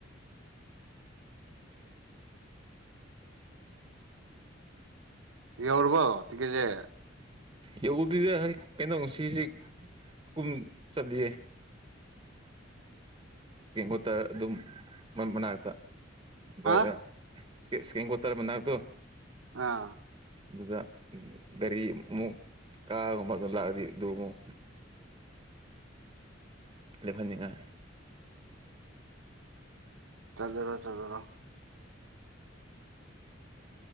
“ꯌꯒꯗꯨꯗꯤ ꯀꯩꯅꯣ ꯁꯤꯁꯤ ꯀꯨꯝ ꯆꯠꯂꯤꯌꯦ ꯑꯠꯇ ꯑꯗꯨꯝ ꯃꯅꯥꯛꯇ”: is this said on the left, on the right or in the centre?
Right